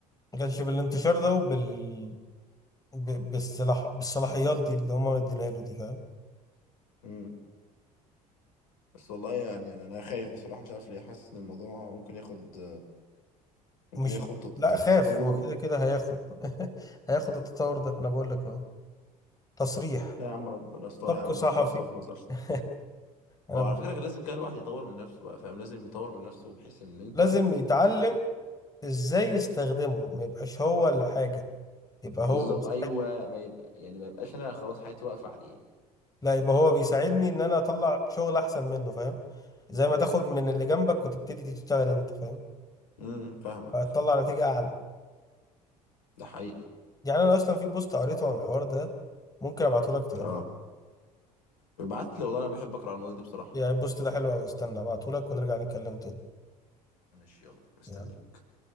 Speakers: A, on the left; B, on the left.
A: ما كانش بالانتشار ده وبال ب- بالصلاح بالصلاحيات دي اللي هما مدينها له دي فاهم
B: امم بس والله يعني انا أنا خايف بصراحة مش عارف ليه حاسس ان الموضوع ممكن ياخد ممكن
A: مش
B: ياخد تط-
A: لا
B: تط-
A: خاف
B: تطور
A: هو كده كده هياخد <laughs> هياخد التطور ده انا بقول لك اهو تصريح
B: لا يا عم ربنا يسترها
A: سبق
B: يا عم
A: صحفي
B: ربنا يسترها ما تهزرش
A: <laughs> انا
B: هو على
A: ب...
B: فكرة كان لازم كده الواحد يطور من نفسه بقى فاهم لازم يطور من نفسه بحيث ان انت
A: لازم يتعلم ازاي يستخدمه ما يبقاش هو الحاجة يبقى
B: بالظبط
A: هو مساعد
B: ايوه ما يبقى يعني ما يبقاش انا خلاص حياتي واقفة عليه
A: لا يبقى هو بيساعدني ان انا اطلع شغل احسن منه فاهم زي ما تاخد من اللي جنبك وتبتدي تشتغل انت فاهم
B: امم فاهمك
A: هتطلع نتيجة اعلى
B: ده حقيقة
A: يعني انا اصلا في بوست قريته عن الحوار ده ممكن ابعته لك تقراه
B: اه ابعت لي والله انا بحب اقرا على المواضيع دي بصراحة
A: يعني البوست ده حلو قوي استنى ابعته لك ونرجع نتكلم تاني
B: ماشي يلا مستنيك
A: يلا.